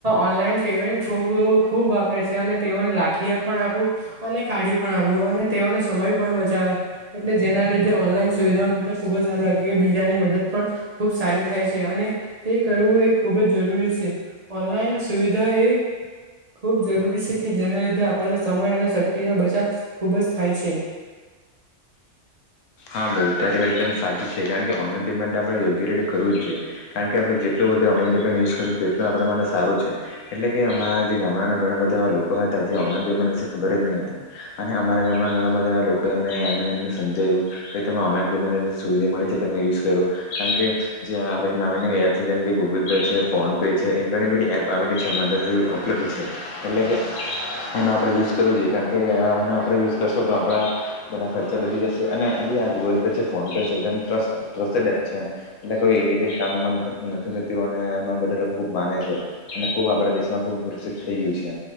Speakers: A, on the right; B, on the left.
A: ઓનલાઈન પેમેન્ટ ખૂબ ખુબ વાપરે છે અને તેઓને લાખી પણ આપું. અને કાઢી પણ આપું અને તેઓનો સમય પણ બચાવે એટલે જેના લીધે ઓનલાઈન સુવિધા મંત ખૂબ જ સારું લાગે બીજાની મદદ પણ ખુબ સારી થાય છે અને તે કરવું એ ખુબ જ જરૂરી ઓનલાઈન સુવિધા એ ખુબ જરૂરી છે કે જેના લીધે આપણને સમય અને શક્તિ નો બચાવ ખૂબ જ થાય છે.
B: હા ભાઈ ત્યારે વાર એકદમ સાચી છે કારણ કે ઓનલાઈન પેમેન્ટ આપણે યોગ્ય રીતે કરવું જ છેએ કારણ કે આપણે જેટલું વધારે ઓનલાઇન યુઝ કરું એટલું આપણા માટે સારું છે. એટલે કે અમારા જે ગામડાના ઘણા બધા એવા લોકો હતા જે ખબર જ ન હતી અને હણા ઘણા બધા લોકો એમને એને એમને સમજાવ્યું. કે તમે ઓનલાઈન પેમેન્ટને જે સુવિધા મળી છે તમે યુઝ કરો કારણ કે જે આ બધી નવી નવી એપ છે જેમ કે ગૂગલ ને, ફોન પે છે, એણી બધી એપ આવેલી છે ઉપલબ્ધ છે એટલે કે નો આપણે યુઝ કરવો જોઈએ કારણ કે આપણે યુઝ કરશો તો આપણા બધા ખર્ચા બચી જશે અને હજી આ ગૂગલ પે છે ફોન પે છે એકદમ ટ્રસ્ટડ એપ છે એટલે કોઈ ઇલિગલ કામ થતું નથી એ બધા લોકો ખૂબ માને છે અને ખૂબ આપણા દેશમાં ખબ પ્રસિદ્ધ થઈ ગયું છે